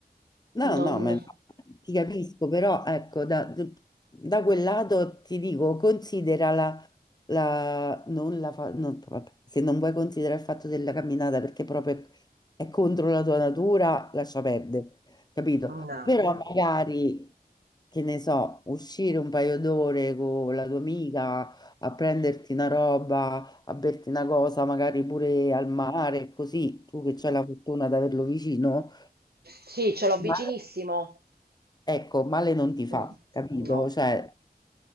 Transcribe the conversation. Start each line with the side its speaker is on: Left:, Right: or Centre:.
Left: No,
Right: non...
Left: no, no, ma infatti ti capisco, però ecco, da, da quel lato ti dico, considera la, non la fa, non- vabbè, se non vuoi considerare il fatto della camminata perché proprio è, è contro la tua natura, lascia perdere, capito?
Right: No.
Left: Però magari, che ne so, uscire un paio d'ore con la tua amica a prenderti una roba, a berti una cosa, magari pure al mare, così tu che c'hai la fortuna di averlo vicino,
Right: Sì, ce l'ho vicinissimo.
Left: male- ecco, male non ti fa,
Right: Mm,
Left: capito?
Right: No.
Left: Cioè.